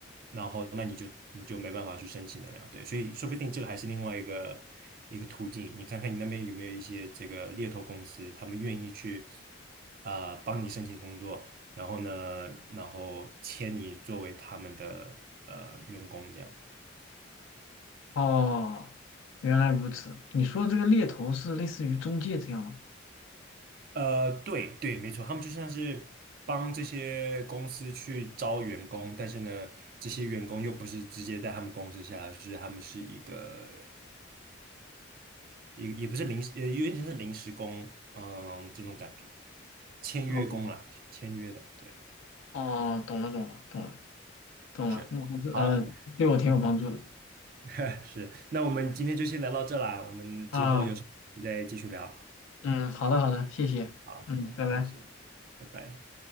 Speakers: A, on the right; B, on the left.
A: 然后那你就你就没办法去申请得了，对，所以说不定这个还是另外一个一个途径，你看看你那边有没有一些这个猎头公司，他们愿意去啊、呃帮你申请工作。然后呢，然后签你作为他们的呃员工这样。
B: 哦，原来如此。你说的这个猎头是类似于中介这样吗？
A: 呃，对对，没错，他们就像是帮这些公司去招员工，但是呢，这些员工又不是直接在他们公司下，是他们是一个也也不是临时，呃，有点像是临时工，嗯，这种感觉，签约工啦，
B: 哦，
A: 签约的，对，
B: 哦，懂了，懂了，懂了，懂了。
A: 是，
B: 那我还是呃，
A: 好，
B: 对我挺有帮助的
A: 嗯哼，<laughs> 是，那我们今天就先聊到这啦，我们之后有什么再继续聊，
B: 啊。嗯，好的好的，谢谢，
A: 好，
B: 嗯，
A: 好，
B: 拜拜。
A: 没事，拜拜。